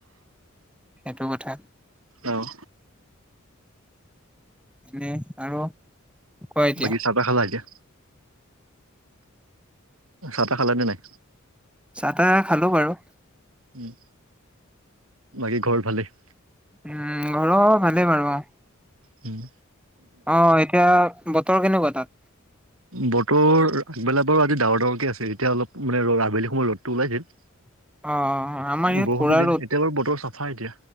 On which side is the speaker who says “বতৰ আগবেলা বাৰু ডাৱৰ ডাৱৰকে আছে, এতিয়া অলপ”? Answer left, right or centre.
Right